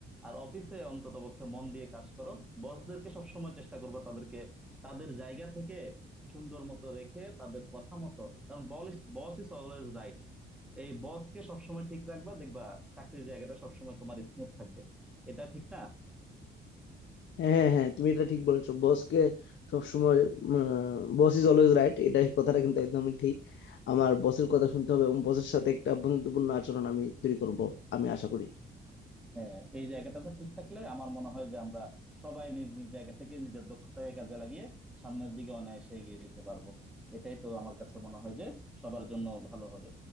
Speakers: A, in the centre; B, on the left (about 70°).
A: আর অফিসে অন্তত পক্ষে মন দিয়ে কাজ করো বসদেরকে সবসময় চেষ্টা করবা তাদেরকে তাদের জায়গা থেকে সুন্দর মতো রেখে তাদের কথা মতো কারণ boss boss is always right এই বসকে সবসময় ঠিক রাখবা দেখবা চাকরির জায়গাটা সবসময় তোমার স্মুথ থাকবে এটা ঠিক না
B: হ্যাঁ হ্যাঁ হ্যাঁ তুমি এটা ঠিক বলেছো বসকে সবসময় বস ইজ অলওয়েজ রাইট এটা এই কথাটা কিন্তু একদমই ঠিক আমার বসের কথা শুনতে হবে এবং বসের সাথে একটা বন্ধুত্বপূর্ণ আচরণ আমি তৈরি করব আমি আশা করি
A: হ্যাঁ এই জায়গাটাতে ঠিক থাকলে আমার মনে হয় যে আমরা সবাই নিজ নিজ জায়গা থেকে নিজের দক্ষতাকে কাজে লাগিয়ে সামনের দিকে অনায়াসে এগিয়ে যেতে পারবো এটাই তো আমার কাছে মনে হয় যে সবার জন্য ভালো হবে